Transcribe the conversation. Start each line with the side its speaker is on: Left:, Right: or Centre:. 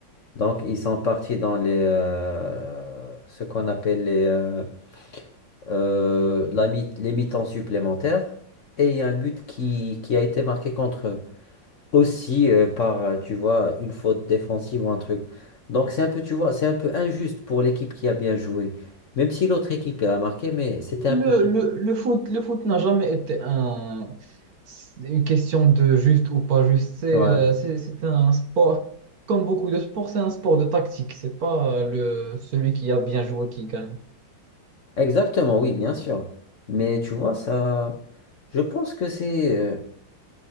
Left: Donc, ils sont partis dans les, euh, ce qu'on appelle les, euh, euh, la mi- les mi-temps supplémentaires. Et il y a un but qui, qui a été marqué contre eux aussi euh, par, euh, tu vois, une faute défensive ou un truc. Donc c'est un peu, tu vois, c'est un peu injuste pour l'équipe qui a bien joué. Même si l'autre équipe elle a marqué, mais c'était
Right: Le,
Left: un peu...
Right: le, le foot, le foot n'a jamais été un, une question de juste ou pas juste. C'est
Left: Ouais.
Right: euh, c'est- c'est un sport, comme beaucoup de sports, c'est un sport de tactique. C'est pas euh, le, celui qui a bien joué qui gagne.
Left: Exactement, oui, bien sûr. Mais tu vois, ça... Je pense que c'est... euh,